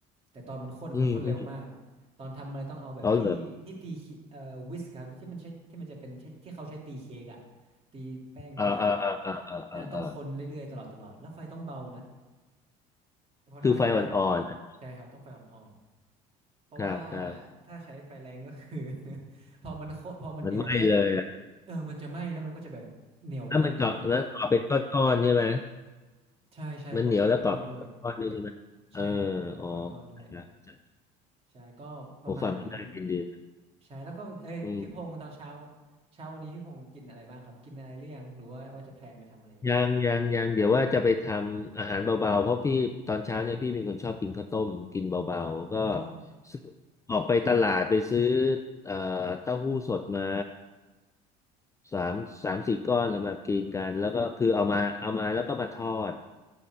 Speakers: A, on the right; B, on the left.
A: แต่ตอนมันข้นมันข้นเร็วมาก
B: อืมอืม
A: ตอนทำมันเลยต้องเอาแบบที่ที่ตีเค้กเอ่อวิสครับที่มันใช้ที่มันจะเป็นที่ที่เขาใช้ตีเค้กอะ
B: เอาเหรอ
A: ตีแป้งตีเค้ก
B: เออเออเออเออเออเออเออ
A: แต่อันนั้นต้องคนเรื่อยๆตลอดตลอดแล้วไฟต้องเบานะ เพราะถ้าไฟแรง
B: คือไฟอ่อนๆอะ
A: ใช่ครับต้องไฟอ่อนๆเพราะว่า
B: ครับครับ
A: ถ้าใช้ไฟแรงก็คือ <laughs> พอมันโคพอมันเหนียวปุ๊บ
B: มันไหม้เลยอ่ะ
A: เออมันจะไหม้แล้วมันก็จะแบบเหนียวเกินไปอะ
B: แล้วมันเกาะแล้วเกาะเป็นก้อนๆใช่ไหม
A: ใช่ใช่ก่อเป็นก้อนๆด้วย
B: มันเหนียวแล้วกรอบเป็นก้อนด้วยใช่ไหมเออ
A: ใช่ครับมันก่อเป็นก้อนๆด้วย
B: อ๋อเข้าใจละเข้าใจ
A: ใช่ก็ประมาณนี้
B: ผมฟังมันน่ากินดีนะ
A: ใช่แล้วก็เอ้ยพี่พงศ์ตอนเช้า
B: อืม
A: เช้าวันนี้พี่พงศ์กินอะไรบ้างครับกินอะไรหรือยังหรือว่าว่าจะแพลนไปทำอะไรอยู่
B: ยังยังยังเดี๋ยวว่าจะไปทำอาหารเบาๆเพราะพี่ตอนเช้าเนี่ยพี่เป็นคนชอบกินข้าวต้มกินเบาๆก็
A: อ๋อ
B: ซื้อออกไปตลาดไปซื้อเอ่อเต้าหู้สดมาสามสามสี่ก้อนสำหรับกินกันแล้วก็คือเอามาเอามาแล้วก็มาทอด